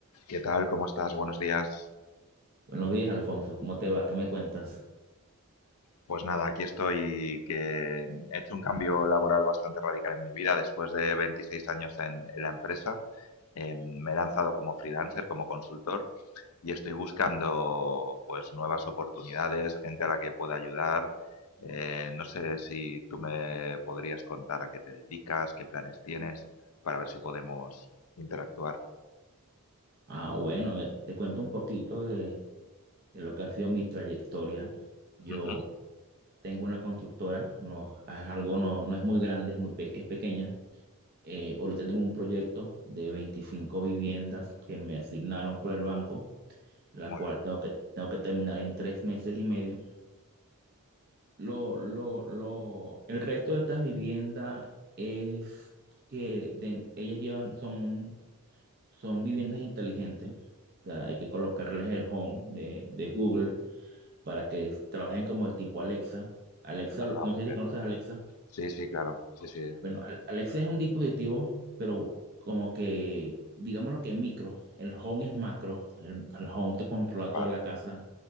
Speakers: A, on the left; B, on the right.
A: ¿Qué tal? ¿Cómo estás? Buenos días.
B: Buenos días, Alfonso. ¿Cómo te va? ¿Qué me cuentas?
A: Pues nada, aquí estoy que he hecho un cambio laboral bastante radical en mi vida después de 26 años en, en la empresa. eh, me he lanzado como freelancer, como consultor y estoy buscando pues nuevas oportunidades, gente a la que pueda ayudar. Eh, no sé si tú me podrías contar a qué te dedicas, qué planes tienes, para ver si podemos interactuar.
B: Ah, bueno, mira, te cuento un poquito de, de lo que ha sido mi trayectoria. Yo
A: Ujú.
B: tengo una constructora, no, es algo no, no es muy grande, es muy pe- es pequeña. Eh, ahorita tengo un proyecto de 25 viviendas que me asignaron por el banco, la
A: Muy
B: cual
A: bien.
B: tengo que, tengo que terminar en tres meses y medio. Lo, lo, lo, el reto de estas viviendas es que de- ellas llevan, son Son viviendas inteligentes. o sea, hay que colocarles el Home de, de Google para que s- trabajen como de tipo Alexa. Alexa,
A: Ah,
B: no sé
A: muy
B: si
A: bien.
B: conoces Alexa.
A: Sí, sí, claro. Sí, sí.
B: Bueno, Al- Alexa es un dispositivo, pero como que, digamos lo que es micro. El Home es macro. El, el Home te controla
A: Vale.
B: toda la casa.